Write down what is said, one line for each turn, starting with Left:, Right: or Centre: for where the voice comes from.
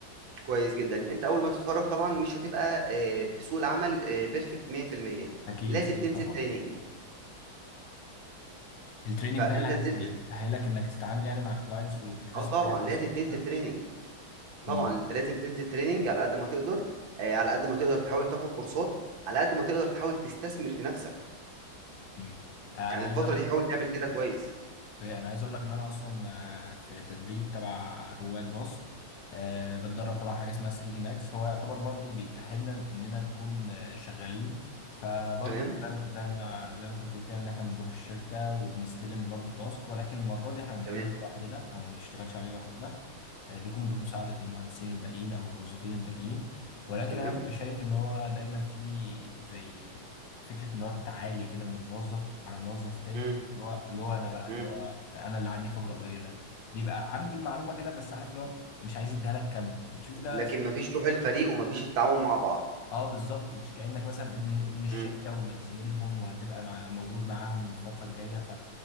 Right: كويس جدا انت اول ما تتخرج طبعا مش هتبقى آه، بسوق العمل بيرفكت 100%
Left: اكيد
Right: لازم
Left: اكيد
Right: تنزل
Left: طبعا
Right: تريننج
Left: التريننج
Right: فانت
Left: ده هي-
Right: نزلت
Left: هي- هيأهلك انك تتعامل يعني مع الكلاينتس وتكتسب
Right: اه طبعا
Left: حاجات
Right: لازم
Left: من السوفت
Right: تنزل
Left: سكيلز.
Right: تريننج
Left: أمم،
Right: طبعا انت لازم تنزل تريننج على قد ما تقدر آه، على قد ما تقدر تحاول تاخد كورسات على قد ما تقدر تحاول تستثمر في نفسك
Left: أمم. انا
Right: يعني
Left: عايز
Right: الفترة
Left: اقول
Right: دي حاول تعمل كده كويس
Left: أوكي، انا عايز اقول لك ان انا اصلا آه، في تدريب تبع رواد مصر آه، بتدرب تبع حاجه اسمها 3 دي ماكس هو يعتبر برضو بيأهلنا اننا نكون آه، شغالين فبرضو
Right: تمام
Left: زي ما زي ما زي ما انت بتقول كده ان احنا بنروح الشركه وبنستلم برضو تاسك ولكن المره دي احنا ما بنحلوش
Right: تمام
Left: لوحدنا او ما بنشتغلش عليه لوحدنا آه، بيكون بمساعدة المهندسين الباقيين أو الموظفين الباقيين ولكن
Right: تمام؟
Left: أنا ببقى شايف إن هو دايما في زي فكرة إن هو التعالي كده من موظف على موظف تاني
Right: إمم،
Left: اللي هو اللي هو أنا بقى اللي
Right: إمم،
Left: هو أنا اللي عندي خبرة قليلة بيبقى عنده المعلومة كده بس عارف اللي هو مش عايز يديها لك كاملة بتشوف ده
Right: لكن
Left: ص-
Right: ما فيش روح الفريق وما فيش التعاون مع بعض.
Left: اه بالظبط مش كأنك مثلا ابن ابن الشركة
Right: إمم،
Left: وإنك زميلهم وهتبقى مع موجود معاهم الفترة الجاية ف